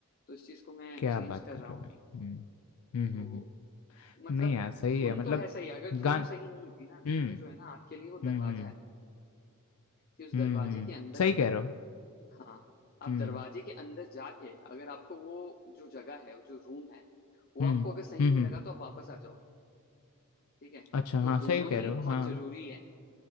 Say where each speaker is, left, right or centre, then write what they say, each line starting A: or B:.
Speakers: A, on the left (about 40°); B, on the left (about 80°).
A: तो इस चीज को मैं
B: क्या
A: चेंज
B: बात
A: कर
B: कर
A: रहा हूँ
B: रहे हो भाई हम्म हम्म
A: तो
B: हम्म हम्म।
A: मतलब
B: नहीं यार सही
A: धुन
B: है मतलब
A: तो है सही अगर धुन
B: गान
A: सही नहीं होगी ना धुन
B: हम्म
A: जो है ना आपके लिए वो
B: हम्म
A: दरवाजा
B: हम्म
A: है कि उस
B: हम्म
A: दरवाजे
B: हम्म,
A: के अंदर
B: सही
A: जो
B: कह
A: है
B: रहे हो
A: हाँ आप
B: हम्म
A: दरवाजे के अंदर जाके अगर आपको वो जो जगह है जो रूम है वो
B: हम्म
A: आपको अगर सही
B: हम्म
A: नहीं
B: हम्म।
A: लगा तो आप वापस आ जाओगे ठीक है
B: अच्छा
A: तो
B: हाँ सही
A: दोनों
B: कह
A: ही
B: रहे हो
A: बहुत
B: हाँ
A: जरूरी है